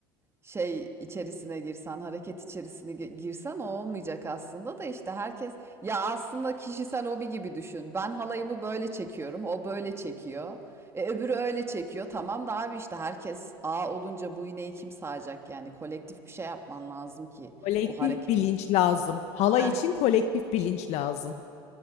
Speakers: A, on the right (about 20°); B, on the left (about 60°).
A: şey içerisine girsen, hareket içerisine gi- girsen o olmayacak aslında da işte herkes ya aslında kişisel hobi gibi düşün. Ben halayımı böyle çekiyorum, o böyle çekiyor. E, öbürü öyle çekiyor. Tamam da abi işte herkes A olunca bu iğneyi kim sağacak? Yani kolektif bir şey yapman lazım ki
B: Kolektif
A: o hareket.
B: bilinç lazım. Halay
A: Eh.
B: için kolektif bilinç lazım.